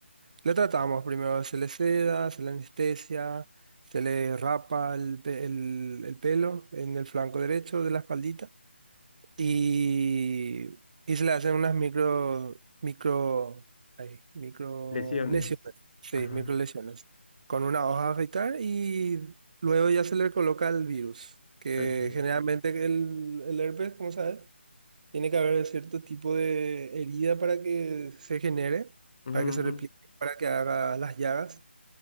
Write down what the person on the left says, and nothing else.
Lesiones.
Ajá,
ok.
Ujú,
ujú.